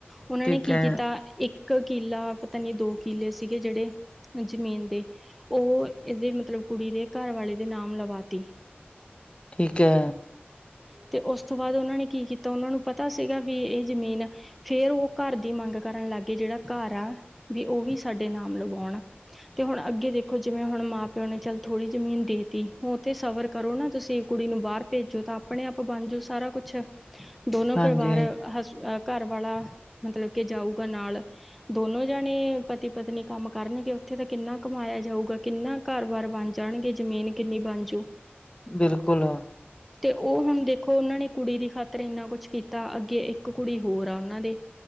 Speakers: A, in the centre; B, on the left.
A: ਉਹਨਾਂ
B: ਠੀਕ
A: ਨੇ ਕੀ
B: ਹੈ
A: ਕੀਤਾ ਇੱਕ ਕਿਲਾ ਪਤਾ ਨੀ ਦੋ ਕਿਲੇ ਸੀਗੇ ਜਿਹੜੇ ਜ਼ਮੀਨ ਦੇ ਉਹ ਇਹਦੇ ਮਤਲਬ ਕੁੜੀ ਦੇ ਘਰ ਵਾਲੇ ਦੇ ਨਾਮ ਲਵਾ ਤੀ
B: ਠੀਕ ਹੈ।
A: ਅਤੇ ਉਸ ਤੋਂ ਬਾਅਦ ਉਹਨਾਂ ਨੇ ਕੀ ਕੀਤਾ ਉਹਨਾਂ ਨੂੰ ਪਤਾ ਸੀਗਾ ਵੀ ਇਹ ਜ਼ਮੀਨ ਫੇਰ ਉਹ ਘਰ ਦੀ ਮੰਗ ਕਰਨ ਲੱਗ ਗਏ ਜਿਹੜਾ ਘਰ ਆ ਵੀ ਉਹ ਵੀ ਸਾਡੇ ਨਾਮ ਲਵਾਉਣ। ਤੇ ਹੁਣ ਅੱਗੇ ਦੇਖੋ ਜਿਵੇਂ ਹੁਣ ਮਾਂ ਪਿਓ ਨੇ ਚੱਲ ਥੋੜ੍ਹੀ ਜ਼ਮੀਨ ਦੇ ਤੀ ਉੱਥੇ ਸਵਰ ਕਰੋ ਨਾ ਤੁਸੀਂ ਕੁੜੀ ਨੂੰ ਬਾਹਰ ਭੇਜੋ ਤਾਂ ਆਪਣੇ ਆਪ ਬਣ ਜਾਓ ਸਾਰਾ ਕੁੱਛ। ਦੋਨੋ
B: ਹਾਂਜੀ
A: ਪਰਿਵਾਰ ਹਸ ਘਰ ਵਾਲਾ ਮਤਲਬ ਕੇ ਜਾਊਗਾ ਨਾਲ ਦੋਨੋ ਜਾਣੇ ਪਤੀ ਪਤਨੀ ਕੰਮ ਕਰਨਗੇ ਉੱਥੇ ਤਾਂ ਕਿੰਨਾ ਕਮਾਇਆ ਜਾਊਗਾ ਕਿੰਨਾ ਕਾਰ ਬਾਰ ਬਣ ਜਾ ਜਾਣਗੇ ਜ਼ਮੀਨ ਕਿੰਨੀ ਬਣਜੂ।
B: ਬਿਲਕੁਲ।
A: ਤੇ ਉਹ ਹੁਣ ਦੇਖੋ ਉਹਨਾਂ ਨੇ ਕੁੜੀ ਦੀ ਖਾਤਰ ਇੰਨਾ ਕੁਛ ਕੀਤਾ ਅੱਗੇ ਇੱਕ ਕੁੜੀ ਹੋਰ ਆ ਉਹਨਾਂ ਦੇ।